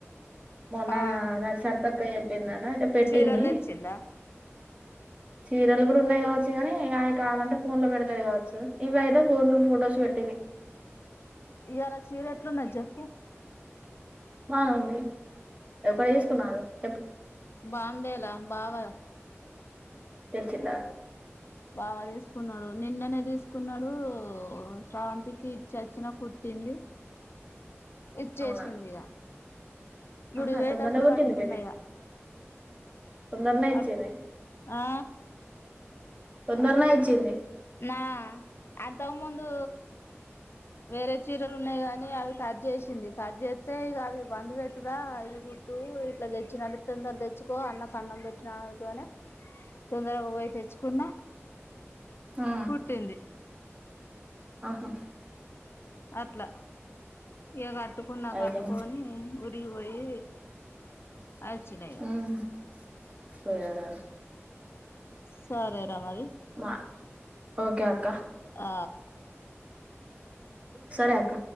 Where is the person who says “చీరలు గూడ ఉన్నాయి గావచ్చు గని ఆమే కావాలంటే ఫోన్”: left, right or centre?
Right